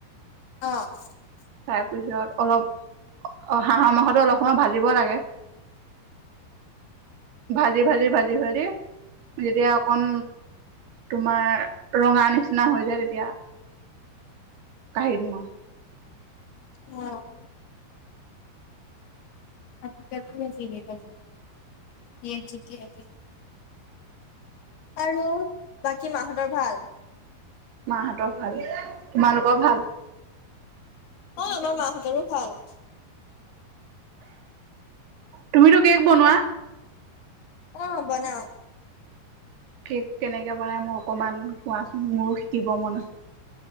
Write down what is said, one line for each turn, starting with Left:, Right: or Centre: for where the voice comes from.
Left: অ'।
Right: তাৰপিছত অলপ, অ', হাঁহৰ মাংসটো অলপ সময় ভাজিব লাগে। ভাজি, ভাজি, ভাজি, ভাজি যেতিয়া অকণ তোমাৰ ৰঙা নিচিনা হৈ যায়, তেতিয়া কাঢ়ি দিওঁ আৰু
Left: উম। <inaudible> আৰু বাকী মাহঁতৰ ভাল?
Right: মাহঁতৰ ভাল, তোমালোকৰ ভাল?
Left: অ', আমাৰ মাহঁতৰো ভাল।
Right: তুমিতো কেক বনোৱা।
Left: অ', বনাওঁ।
Right: কেক কেনেকৈ বনাই? মোক অকণমান কোৱাচোন, মোৰো শিকিব মন আছে।